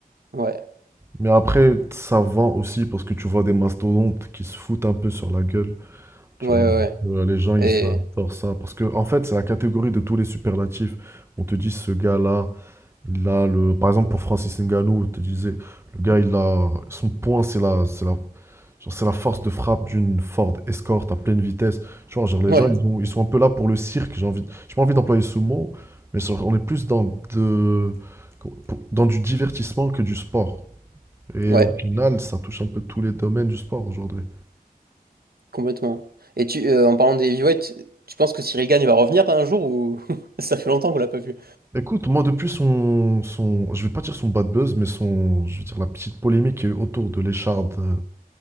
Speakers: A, on the right (about 75°); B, on the right (about 15°).
A: Ouais.
B: Mais après, ça vend aussi parce que tu vois des mastodontes qui se foutent un peu sur la gueule. Tu
A: Ouais ouais
B: vois,
A: ouais.
B: Euh, les gens, ils
A: Et
B: adorent ça. Parce que, en fait, c'est la catégorie de tous les superlatifs. On te dit, ce gars-là, il a le. Par exemple, pour Francis Ngannou, on te disait, le gars, il a. Son point, c'est la, c'est la Genre, c'est la force de frappe d'une Ford Escort à pleine vitesse. Tu vois, genre, les
A: ouais.
B: gens, ils ont, ils sont un peu là pour le cirque. J'ai envie, de- j'ai pas envie d'employer ce mot, mais genre, on est plus dans, de, pour- dans du divertissement que du sport. Et
A: Ouais.
B: au final, ça touche un peu tous les domaines du sport aujourd'hui.
A: Complètement. Et tu, euh, en parlant des Heavyweight, tu penses que Cyril Gane va revenir un jour ou <laughs> ça fait longtemps qu'on l'a pas vu?
B: Écoute, moi, depuis son, son, je vais pas dire son bad buzz, mais son, je vais dire la petite polémique qu'il y a eu autour de l'écharde euh,